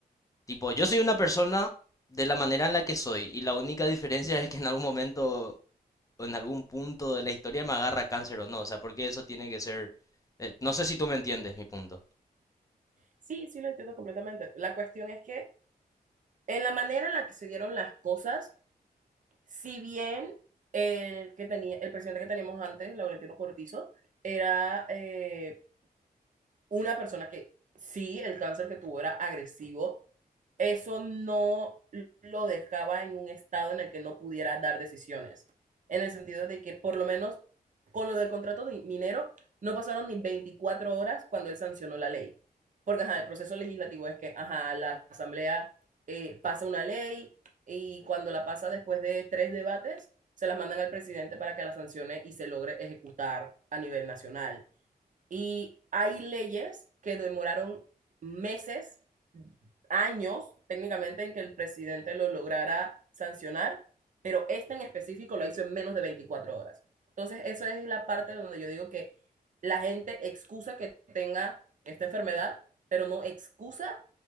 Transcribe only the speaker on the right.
Sí, sí, lo entiendo completamente. La cuestión es que en la manera en la que se dieron las cosas, si bien el que tenía, el presidente que teníamos antes, Laurentino Cortizo, era eh, una persona que sí, el cáncer que tuvo era agresivo, eso no lo dejaba en un estado en el que no pudiera dar decisiones. En el sentido de que por lo menos con lo del contrato de minero no pasaron ni 24 horas cuando él sancionó la ley. Porque ajá, el proceso legislativo es que ajá, la asamblea eh, pasa una ley y cuando la pasa después de tres debates, se las mandan al presidente para que la sancione y se logre ejecutar a nivel nacional. Y hay leyes que demoraron meses, años técnicamente en que el presidente lo lograra sancionar, pero esta en específico la hizo en menos de 24 horas. Entonces, esa es la parte donde yo digo que la gente excusa que tenga esta enfermedad, pero no excusa